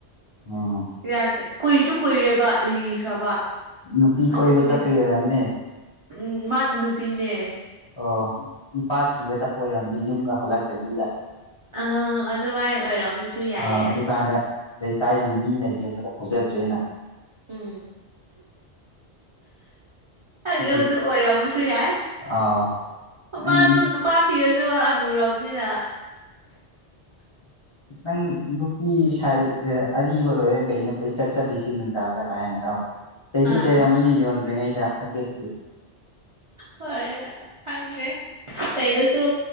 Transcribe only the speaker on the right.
ꯌꯥꯗꯦ ꯀꯨꯏꯁꯨ ꯀꯨꯏꯔꯦꯕ ꯂꯤꯈ꯭ꯔꯕ
ꯑꯗꯨ
ꯍꯨꯏꯗꯣ
ꯎꯝ ꯃꯥꯗꯨ ꯅꯨꯄꯤꯅꯦ
ꯑꯥ ꯑꯗꯨꯃꯥꯏꯅ ꯑꯣꯏꯔꯝꯕꯁꯨ ꯌꯥꯏꯌꯦ
ꯎꯝ ꯍꯧꯖꯤꯛ
ꯍꯧꯖꯤꯛ ꯑꯣꯏꯔꯕꯁꯨ ꯌꯥꯏ
ꯃꯥꯁꯨ ꯅꯨꯄꯥ ꯊꯤꯔꯁꯨ ꯑꯅꯨꯔꯕꯅꯤꯅ
ꯑꯥ
ꯍꯣꯏ ꯈꯪꯗꯦ ꯆꯩꯗꯁꯨ